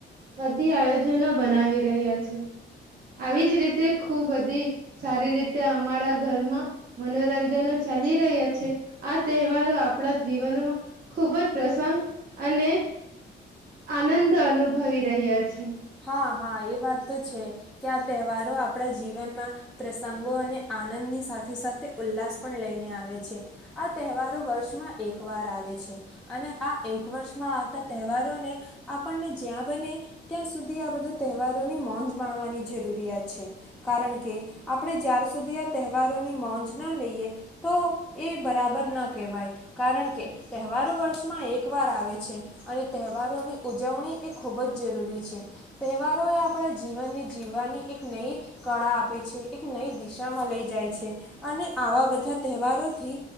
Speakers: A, on the right; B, in the centre.
A: બધી આયોજનો બનાવી રહ્યા છે આવીજ રીતે ખુબ બધી સારી રીતે અમારા ઘરમાં મનોરંજનો ચાલી રહ્યા છે આ તહેવારો આપણા જીવનમાં ખુબ જ પ્રસંગ અને આનંદ અનુભવી રહ્યા છે.
B: હા હા એ વાત તો છે કે આ તહેવારો આપણા જીવનમાં પ્રસંગોને આનંદની સાથે સાથે ઉલ્લાસ પણ લઈને આવે આ તહેવારો વર્ષમાં એક વાર આવે છે અને આ એક વર્ષ માં આવતા તહેવારોને આપણને જ્યાં બને ત્યાં સુધી આ બધા તહેવારોની મ મોજ માણવાની જરૂરિયાત છે કારણ કે આપણે જ્યાર સુધી આ તહેવારોની મોજ ના લઈએ તો એ બરાબર ના કહેવાય કારણ કે તહેવારો વર્ષમાં એક વાર આવે છે. અને તહેવારોની ઉજવણી એ ખૂબ જ જરૂરી છે તહેવારો એ આપણા જીવનને જીવવાની એક નઈ કળા આપે છે એક નઈ દિશામાં લઈ જાય છે. અને આવા બધા તહેવારોથી